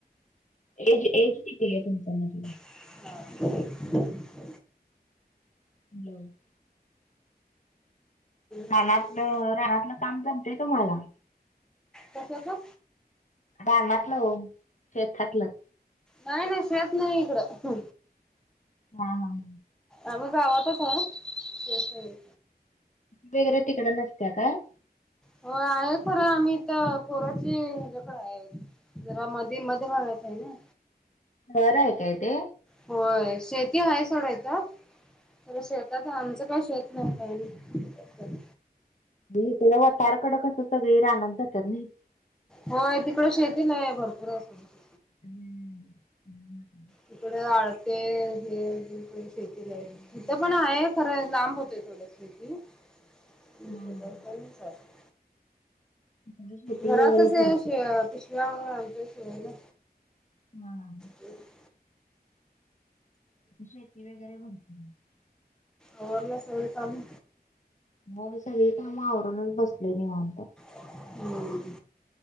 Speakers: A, on the left; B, in the centre.
A: एज एज किती आहे तुमचं म्हटलं?
B: <unintelligible>
A: <unintelligible> रानातलं
B: काय चाललंय
A: रानातलं कामं जमतेय तुम्हांला?
B: कशाचं?
A: रानातलं हो शेतातलं.
B: नाहीं, नाहीं शेतं नाहीं इकडं.
A: हां हां.
B: आम्हीं गावांतच अहो, शेत नाही.
A: वगैरें तिकड नसत्यां कायं?
B: हो आहे खरं आम्हीं इथं पोरांच्या इकडे आहे. जरा मध्यें, मध्यें भागांयच आहे नां?
A: घरं आहे कायं ते?
B: होयं शेती आहे सोडायचं शेतांत आमच काय शेतं नाही काही. नाही
A: इकड वतारकड कस सगळी राहत जातात नाही.
B: हो तिकड शेती लय आहे भरपूर आहे शेती.
A: हम्म हम् <inaudible>
B: तिकडे आळते हे शेती द्यायला.
A: होय.
B: इथं पण आहे खरं लांब होतय थोड शेती <unintelligible>
A: हं. इकडे शेती
B: घरातच
A: वगैरे
B: आहे
A: भरपूर
B: शि पिशव्या आणत शिवायला.
A: हा ह <inaudible>
B: ह <inaudible>
A: शेती वगैरे भनते <inaudible> <unintelligible>
B: अरवली सगळी काम?
A: आम्ही सगळी काम आवरूनच बसले निवांत.
B: हम्म,